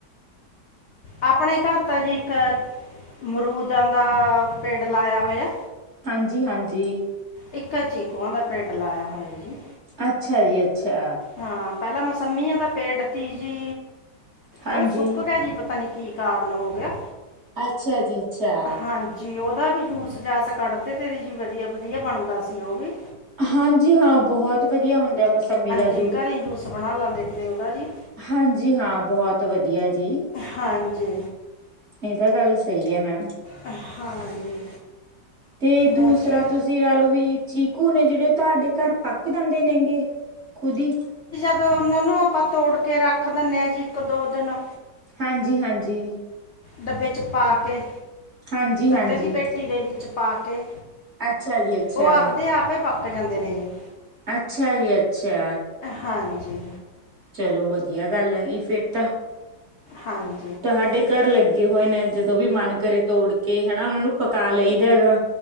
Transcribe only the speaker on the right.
ਹਾਂਜੀ-ਹਾਂਜੀ।
ਅੱਛਾ ਜੀ ਅੱਛਾ।
ਹਾਂਜੀ।
ਅੱਛਾ ਜੀ ਅੱਛਾ।
ਹਾਂਜੀ ਹਾਂ, ਬਹੁਤ ਵਧੀਆ ਹੁੰਦਾ ਮੌਸੰਮੀ ਦਾ
ਹਾਂਜੀ ਹਾਂ, ਬਹੁਤ ਵਧੀਆ ਜੀ।
ਇਹ ਤਾਂ ਗੱਲ ਸਹੀ ਹੈ ਮੈਮ
ਤੇ ਦੂਸਰਾ
ਤੁਸੀਂ ਲਹਿ ਲੋਓ ਵੀ ਚੀਕੂ ਨੇ ਜਿਹੜੇ ਤੁਹਾਡੇ ਘਰ ਪੱਕ ਦਿੰਦੇ ਨੇਗੇ ਖੁਦੀ
ਹਾਂਜੀ ਹਾਂਜੀ
ਹਾਂਜੀ
ਹਾਂਜੀ
ਅੱਛਾ ਜੀ ਅੱਛਾ
ਅੱਛਾ ਜੀ ਅੱਛਾ
ਚਲੋ ਵਧੀਆ ਗੱਲ ਹੈਗੀ ਫਿਰ ਤਾਂ।
ਤੁ ਸਾਡੇ ਘਰ ਲੱਗੇ ਹੋਏ ਨੇ ਜਦੋਂ ਵੀ ਮਨ ਕਰੇ ਤੋੜ ਕੇ ਹਨਾ ਉਹਨਾਂ ਨੂੰ ਪਕਾ ਲਈਦਾ ਹੈਗਾ